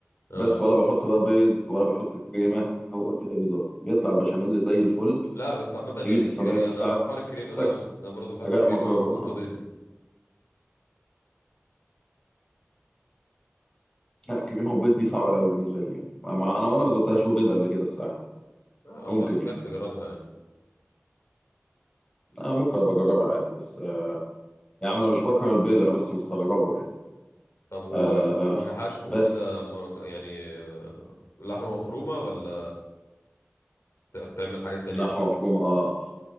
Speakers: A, on the left; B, on the left.
A: اه
B: بس ولا بحط بقى بيض ولا بحط كريمة هو كده بالظبط يطلع البشاميل زي الفل
A: لا بس عامة يعني
B: تجيب الصينية
A: الكري...
B: بتاعتك
A: انا نسيت حوار الكريمة ده عشان انا برضو بحط
B: أجاء
A: كريمة
B: مكرونة
A: وبحط بيض
B: لا كريمة وبيض دي صعبة قوي بالنسبة لي يعني مع أنا وأنا ما دوتهاش ببيض قبل كده الصراحة
A: اه
B: ممكن
A: والله محتاج
B: يعني
A: تجربها يعني
B: آه ممكن أبقى أجربها عادي بس آه يا عم أنا مش بكره البيض أنا بس مستغربه يعني
A: طب و...
B: آه
A: وكحشو
B: بس
A: كده مرق... يعني آه، لحمة مفرومة ولا ت- بتعمل حاجات تانية
B: لحمة مفرومة آه